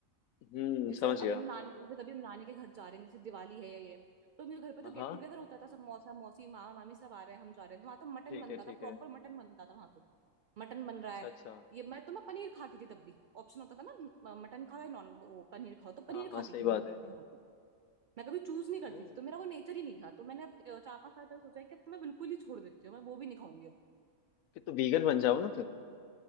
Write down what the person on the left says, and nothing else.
हम्म
समझ गया
हाँ
हाँ,
ठीक
है
ठीक
है
अच्छा
अच्छा
हाँ हाँ
सही
बात
है
ओ
फिर तो वीगन बन जाओ ना फिर